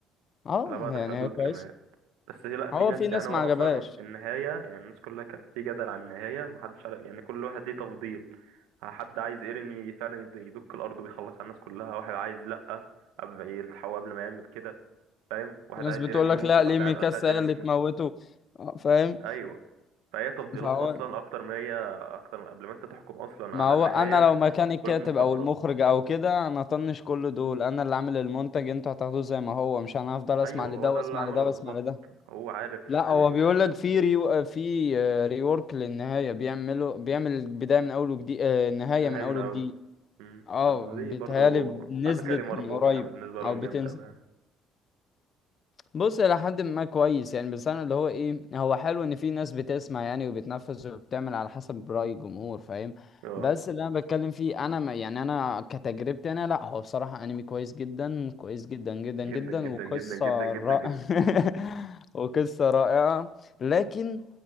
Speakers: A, on the left; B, on the right.
A: اه
B: لا بعد
A: يعني
B: الحدود
A: هي كويسه
B: كمان بس هي- لا في
A: هو
B: ناس
A: في ناس
B: يعني هو
A: ما عجبهاش
B: أصلا النهاية يعني الناس كلها كانت في جدل عن النهاية محدش عارف يعني كل واحد ليه تفضيل حد عايز ايرين ي- فعلا يد- يدك الأرض ويخلص على الناس كلها واحد عايز لأ قبل يلحقه قبل ما يعمل كده فاهم واحد
A: في ناس
B: عايز
A: بتقول
B: ايرين يموت
A: لك لا ليه
B: واحد
A: ميكاسا
B: عايز- مش عايز ايرين
A: هي اللي
B: يموت
A: تموته آه، فاهم
B: أيوه فهي تفضيلات
A: فهو
B: أصلا أكتر ما هي أكتر قبل ما أنت تحكم أصلا
A: ما
B: على
A: هو
B: النهاية
A: انا لو مكان الكاتب
B: كل واحد مفضل
A: او المخرج او كده انا طنش كل دول انا اللي عامل المنتج انتوا هتاخدوه زي ما هو مش انا هفضل اسمع
B: ايوه
A: لده
B: هو ده
A: واسمع
B: اللي عمله
A: لده
B: بالظبط
A: واسمع لده
B: هو عارف
A: لا
B: آه،
A: هو بيقول لك في ريو... في آه، ريورك للنهايه بيعملوا بيعمل البدايه من اول وجديد آه، النهايه
B: نهاية
A: من اول
B: من الاول
A: وجديد
B: مم.
A: اه
B: طب ما دي
A: بيتهيالي
B: برضو
A: نزلت
B: على فكرة دي مربوحة
A: من قريب
B: يعني بالنسبة
A: او
B: لهم
A: بتنزل
B: جامد أوي يعني
A: بص الى حد ما كويس يعني بس انا اللي هو ايه هو حلو ان في ناس بتسمع يعني وبتنفذ وبتعمل على حسب رأي الجمهور فاهم
B: اه
A: بس اللي انا بتكلم فيه انا ما يعني انا كتجربتي انا لا هو بصراحة انمي كويس جدا كويس جدا جدا جدا
B: جدا جدا
A: وقصة
B: جدا جدا جدا
A: رائعة
B: جدا
A: <laughs> وقصة رائعة لكن